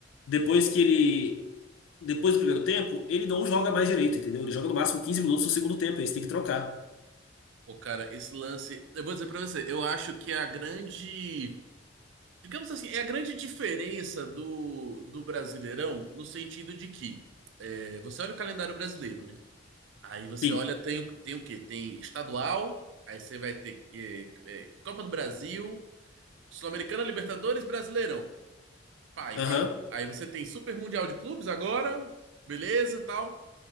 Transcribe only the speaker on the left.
depois que ele depois do primeiro tempo, ele não joga mais direito, entendeu? Ele joga no máximo 15 minutos no segundo tempo, aí você tem que trocar.
Sim.
Aham.